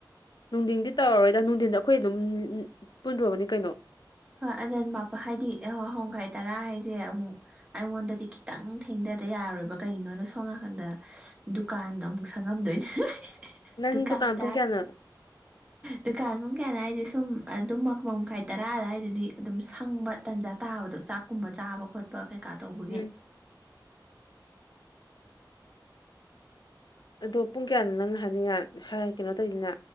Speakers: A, on the left; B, on the right.
A: ꯅꯨꯡꯊꯤꯟꯗꯤ ꯇꯧꯔꯔꯣꯏꯗ ꯅꯨꯡꯊꯤꯟꯗ ꯑꯩꯈꯣꯏ ꯑꯗꯨꯝ ꯄꯨꯟꯗ꯭ꯔꯣꯕꯅꯤ ꯀꯩꯅꯣ
B: ꯍꯣꯏ ꯑꯗ ꯃꯄ ꯍꯥꯏꯗꯤ ꯋꯥꯍꯣꯡꯈꯥꯏ ꯇꯔꯥ ꯍꯥꯏꯖ‌ꯦ ꯑꯃꯨꯛ ꯑꯩꯉꯣꯟꯗꯗꯤ ꯈꯤꯇꯪ ꯊꯦꯡꯊꯗ ꯌꯥꯔꯣꯏꯕ ꯀꯩꯒꯤꯅꯣꯗ ꯁꯣꯝ ꯅꯥꯀꯟꯗ ꯗꯨꯀꯥꯟ ꯑꯃꯨꯛ ꯁꯪꯉꯝꯗꯣꯏꯟ <unintelligible>
A: ꯅꯪ
B: ꯗꯨꯀꯥꯟ ꯗꯥꯏ
A: ꯄꯨꯡ ꯀꯌꯥꯅꯣ
B: ꯗꯨꯀꯥꯟ ꯄꯨꯡ ꯀꯌꯥꯗ ꯑꯗꯥꯏꯗ ꯁꯨꯝ ꯑꯗꯨꯝ ꯃꯄꯟ ꯃꯈꯥꯏ ꯇꯔꯥ ꯑꯗꯥꯏꯗ ꯗꯤ ꯑꯗꯨꯝ ꯁꯪꯕ ꯇꯟꯖꯥ ꯇꯥꯕꯗꯣ ꯆꯥꯛꯀꯨꯝꯕ ꯆꯥꯕ ꯈꯣꯠꯄ ꯀꯩꯀꯥ ꯇꯧꯕꯒꯤ
A: ꯎꯝ ꯑꯗꯣ ꯄꯨꯡ ꯀꯌꯥꯅꯣ ꯅꯪꯅ ꯍꯥꯏꯅꯤꯡꯉ ꯍꯥꯏ ꯀꯩꯅꯣ ꯇꯧꯏꯖꯤꯅ